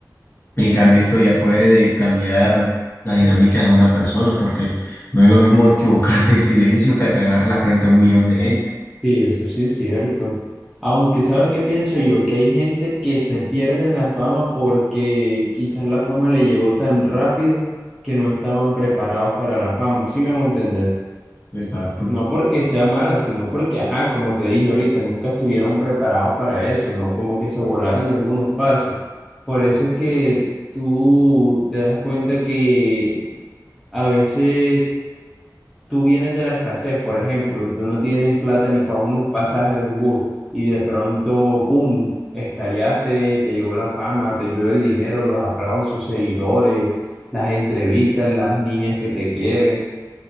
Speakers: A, on the left (about 30°); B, in the centre.
A: En cambio, esto ya puede cambiar las dinámicas de una persona, porque no es lo mismo equivocarte en silencio que a cagarla frente a un millón de gente.
B: Sí, eso sí es cierto. Aunque sabes qué pienso yo, que hay gente que se pierde en la fama porque quizás la fama le llegó tan rápido que no estaban preparados para la fama, ¿sí me hago entender?
A: Exacto.
B: No porque sea mala, sino porque, ajá, como te dije ahorita, nunca estuvieron preparados para eso, ¿no? Como que se volaron algunos pasos. Por eso es que tú te das cuenta que a veces tú vienes de la escasez, por ejemplo, y tú no tienes plata ni para unos pasajes de un bus, y de pronto, ¡pum!, estallaste, te llegó la fama, te llueve el dinero, los aplausos, seguidores, las entrevistas, las niñas que te quieren.